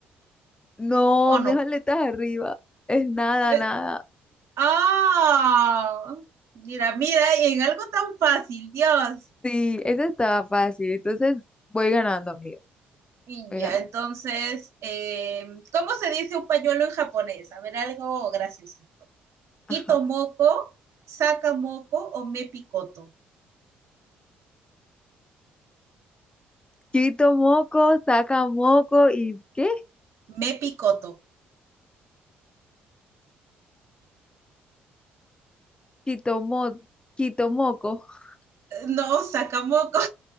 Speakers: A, on the left (about 20°); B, on the right (about 55°).
A: No,
B: o
A: no
B: no?
A: es aletas arriba, es nada,
B: Eh,
A: nada.
B: ah, mira, mira, en algo tan fácil, Dios.
A: Sí, eso estaba fácil. Entonces voy ganando, amiga.
B: Y
A: Voy
B: ya,
A: ganando.
B: entonces, eh, ¿cómo se dice un pañuelo en japonés? A ver, algo graciosito. Quito
A: Ajá.
B: moco, saca moco o me picoto.
A: Quito moco, saca moco y ¿qué?
B: Me picoto.
A: Quito mo, quito moco. <laughs>
B: Eh, No, saca moco,